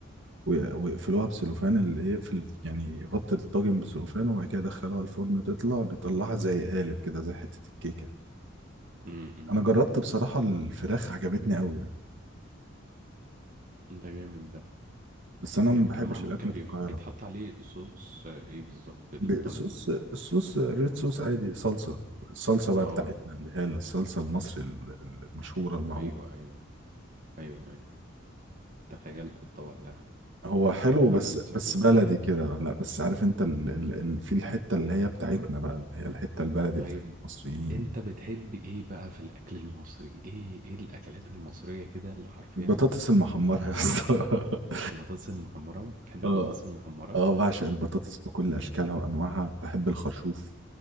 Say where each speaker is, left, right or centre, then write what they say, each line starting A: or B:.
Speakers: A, on the right; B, on the right.
A: وي- ويقفلوها بسلوفان اللي يقفل يعني يغطي الطاجن بسلوفان وبعد كده يدخلها الفرن تطلع بيطلعها زي قالب كده زي حتة الكيكة
B: امم
A: أنا جربت بصراحة الفراخ عجبتني قوي يعني
B: ده جامد ده
A: بس أنا
B: جامد
A: ما بحبش
B: كان معمول
A: الأكل
B: كان
A: في
B: بيح...
A: القاهرة
B: بيتحط عليه صوص آه، ايه بالظبط الطاجن
A: بصوص
B: ده
A: الصوص ريد صوص عادي صلصة الصلصة بقى
B: اه
A: بتاعتنا اللي هي الصلصة المصري ال- المشهورة المعروفة
B: ايوه ايوه ايوه ايوه تخيلت الطبق ده
A: هو حلو
B: هو فعلا
A: بس
B: شكله
A: بس
B: طبق
A: بلدي
B: جامد
A: كده لا بس عارف انت ال ال ال في الحته اللي هي بتاعتنا بقى اللي هي الحته البلدي
B: طيب
A: بتاعت المصريين
B: انت بتحب ايه بقى في الاكل المصري ايه ايه الاكلات المصرية كده اللي حرفيا
A: البطاطس المحمره يا اسطى <laughs>
B: آه، البطاطس المحمرة بتحب
A: اه
B: البطاطس المحمرة
A: اه بعشق البطاطس بكل اشكالها وانواعها بحب الخرشوف